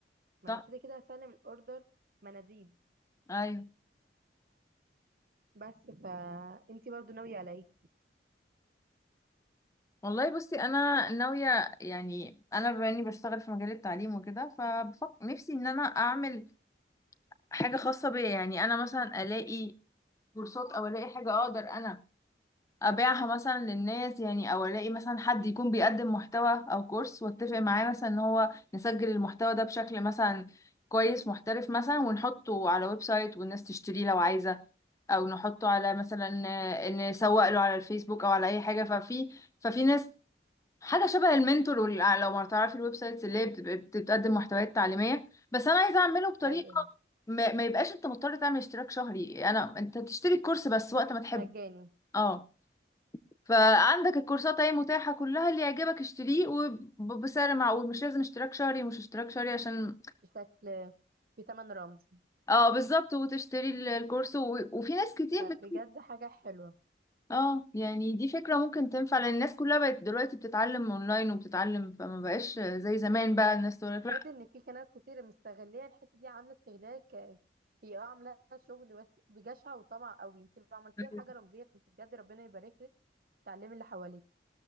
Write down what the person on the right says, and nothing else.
ما
انا كده كده هسلم الاوردر مناديب
بس فانتي برضه ناويه على ايه
ايوه
مجاني
بشكل بتمن رمز
طب
بجد حاجة حلوة
وبجد ان في ناس كتير مستغلية الحتة دي عاملة استغلال ك... هي اه عاملة شغل بس بجشع وطمع قوي انت لو عملتيها
بحاجة رمزية فانت بجد ربنا يبارك لك تعلمي اللي حواليك